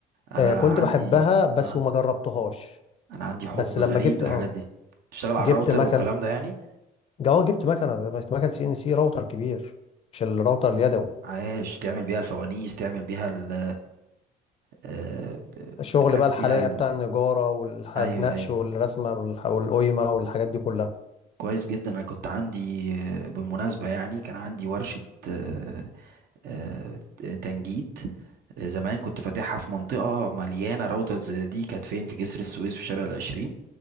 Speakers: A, on the right (about 65°); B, on the left (about 35°).
A: انا
B: آه كنت
A: عندي
B: بحبها بس
A: آه.
B: وما جربتهاش
A: انا عندي حب
B: بس لما
A: غريب
B: جبت
A: للحاجات
B: اه
A: دي تشتغل على
B: جبت
A: الراوتر
B: مكنه
A: والكلام ده يعني
B: اه جبت مكنه بس مكنه سي ان سي راوتر كبير مش الراوتر اليدوي
A: عايش تعمل بيها الفوانيس تعمل بيها ال آه، ب-
B: الشغل
A: بتعمل
B: بقى الحلاقه
A: بيها ال
B: بتاع النجاره والنقش
A: ايوه ايوه
B: والرسمه والح- والقيمه والحاجات دي كلها
A: كويس جدا انا كنت عندي آه، بالمناسبه يعني كان عندي ورشه آه، آه، تنجيد آه، زمان كنت فاتحها في منطقه مليانه راوترز دي كانت فين في جسر السويس في شارع العشرين